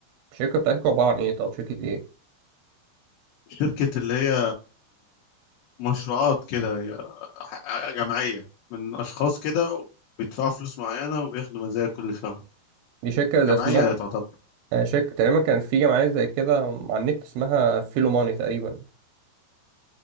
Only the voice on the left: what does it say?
شركة اللي هي مشروعات كده هي ح- جمعية من أشخاص كده بيدفعوا فلوس معينة وبياخدوا مزايا كل شهر
جمعية
تعتبر